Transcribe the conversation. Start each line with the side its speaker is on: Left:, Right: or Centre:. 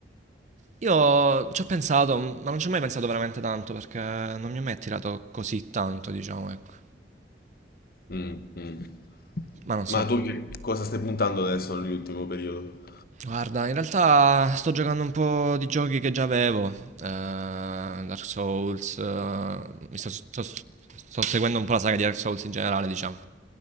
Right: Io ci ho pensato, ma non ci ho mai pensato veramente tanto, perché non mi ha mai attirato così tanto, diciamo, ecco.
Left: Mm, mm.
Right: Ma non
Left: Ma
Right: so,
Left: tu che cosa stai puntando adesso nell'ultimo periodo?
Right: Guarda, in realtà sto giocando un po' di giochi che già avevo, eh, Dark Souls, eh, mi sto, sto- sto seguendo un po' la saga di Dark Souls in generale, diciamo,